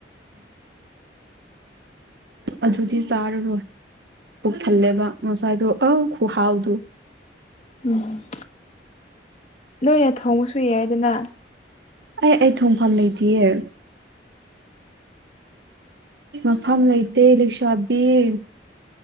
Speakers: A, on the right (about 65°); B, on the left (about 40°).
A: ꯑꯗꯨꯗꯤ ꯆꯔ ꯔ ꯄꯨꯛ ꯊꯜꯂꯦꯕ ꯉꯁꯥꯏꯗꯨꯣ ꯑ ꯈꯨꯍꯥꯎꯗꯨ
B: ꯎꯝ ꯅꯣꯏꯅꯦ ꯊꯣꯡꯕꯁꯨ ꯌꯥꯏꯗꯅ
A: ꯑꯩ ꯑꯩ ꯊꯣꯡꯐꯝ ꯂꯩꯇꯌꯦ ꯃꯐꯝ ꯂꯩꯇꯦꯂꯦꯛꯁꯥ ꯕꯤꯔ